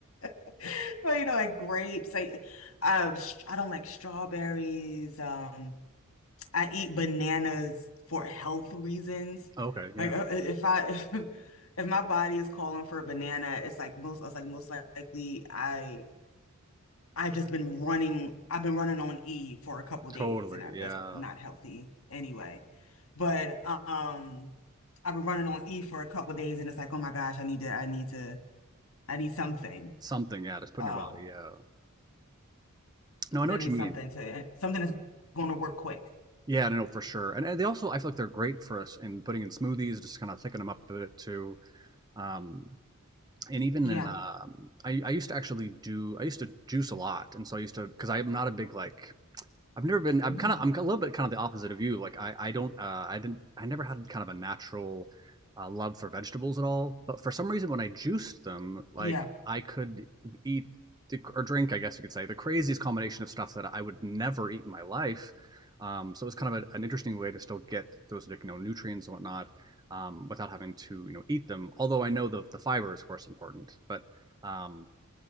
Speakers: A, on the left; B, on the right.
A: <laughs> well, you know, like grapes. Like, um, sh- I don't like strawberries. Um. I eat bananas for health reasons.
B: Okay. Yeah.
A: Like uh, uh, if I <laughs> if, my body is calling for a banana, it's like most I was like most likely I I have just been running I've been running on E for a couple days
B: Totally.
A: and I, that's
B: Yeah.
A: not healthy anyway. But um I've been running on E for a couple days and it's like oh my gosh I need to I need to I need something.
B: Something. Yeah. Just put
A: Um
B: in your body. Yeah. No,
A: then
B: I know what
A: need
B: you mean.
A: something to something that's going to work quick.
B: Yeah, no, no, for sure. And, and they also, I feel like they're great for us in putting in smoothies, just kind of thicken them up a bit too. Um, and even
A: Yeah.
B: in, um, I, I used to actually do, I used to juice a lot. And so I used to, because I'm not a big like I've never been. I'm
A: Mm.
B: kind of. I'm a little bit kind of the opposite of you. Like I, I don't. Uh, I didn't. I never had kind of a natural uh, love for vegetables at all. But for some reason, when I juiced them, like
A: Yeah.
B: I could eat the, or drink, I guess you could say, the craziest combination of stuff that I would never eat in my life. Um, so it was kind of a, an interesting way to still get those like, you know nutrients and whatnot um, without having to you know eat them. Although I know the the fiber is of course important, but um,